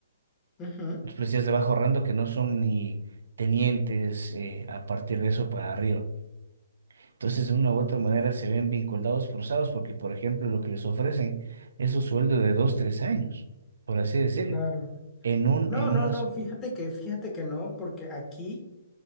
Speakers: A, on the left; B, on the right.
A: ujú,
B: los policías de bajo rango que no son ni tenientes eh, a partir de eso para arriba. Entonces, de una u otra manera se ven vinculados, forzados, porque, por ejemplo, lo que les ofrecen es un sueldo de dos, tres años, por así decirlo.
A: claro.
B: En un,
A: No,
B: en
A: no,
B: unas,
A: no, fíjate que, fíjate que no, porque aquí,